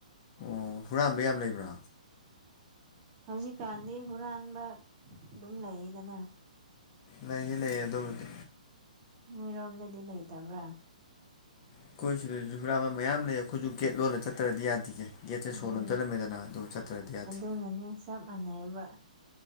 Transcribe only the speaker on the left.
ꯑꯣ ꯍꯨꯔꯥꯟꯕ ꯌꯥꯝ ꯂꯩꯕ꯭ꯔꯥ
ꯂꯩꯌꯦ ꯂꯩꯌꯦ ꯑꯗꯨꯕꯨꯗꯤ
ꯑꯩꯈꯣꯏ ꯁꯤꯗꯁꯨ ꯍꯨꯔꯥꯥꯟꯕ ꯃꯌꯥꯝ ꯂꯩ ꯑꯩꯈꯣꯏꯖꯨ ꯒꯦꯠ ꯂꯣꯜꯂ ꯆꯠꯇ꯭ꯔꯗꯤ ꯌꯥꯗ꯭ꯌꯦ ꯒꯦꯠꯁꯦ
ꯁꯣ ꯂꯣꯟꯖꯜꯂꯝꯃꯦꯗꯅ ꯑꯗꯨꯒ ꯆꯠꯇ꯭ꯔꯗꯤ ꯌꯥꯗꯦ